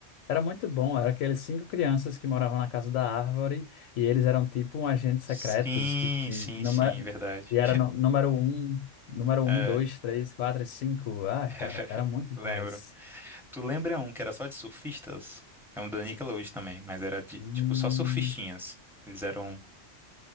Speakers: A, on the left (about 80°); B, in the centre.
A: Era muito bom, era aqueles cinco crianças que moravam na casa da árvore e eles eram tipo um agentes
B: Sim,
A: secretos que e,
B: sim,
A: numa-
B: sim, verdade.
A: e era no- número um, número
B: É,
A: um, dois, três, quatro, e cinco. Ah,
B: <laughs>
A: cara, era muito bom
B: lembro.
A: esse.
B: Tu lembra um que era só de surfistas? É um da Nickelodeon também, mas era de,
A: Hum,
B: tipo, só surfistinhas. Eles eram